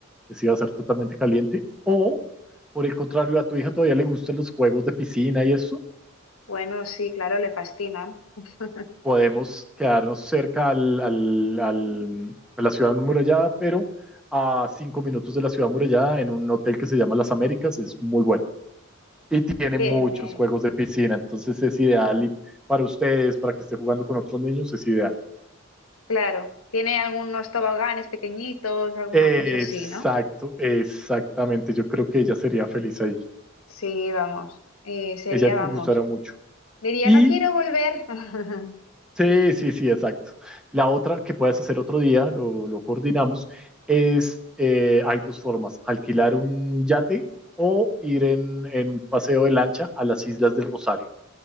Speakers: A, in the centre; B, on the left.
A: que sí va a ser totalmente caliente, o por el contrario, a tu hija todavía le gustan los juegos de piscina y eso,
B: Bueno, sí, claro, le fascinan. <laughs>
A: podemos quedarnos cerca al, al- al- a la ciudad amurallada, pero a cinco minutos de la ciudad amurallada en un hotel que se llama Las Américas, es muy bueno. Y tiene
B: Tiene.
A: muchos juegos de piscina, entonces es ideal y para ustedes, para que esté jugando con otros niños, es ideal.
B: Claro, tiene algunos toboganes pequeñitos, alguna
A: Exacto,
B: cosa así, ¿no?
A: exactamente. Yo creo que ella sería feliz ahí.
B: Sí, vamos, eh, sería,
A: Ella te
B: vamos.
A: gustará mucho.
B: Diría,
A: Y
B: no quiero volver. <laughs>
A: Sí, sí, sí, exacto. La otra que puedes hacer otro día, lo, lo coordinamos, es, eh, hay dos formas, alquilar un yate o ir en, en un paseo de lancha a las Islas del Rosario.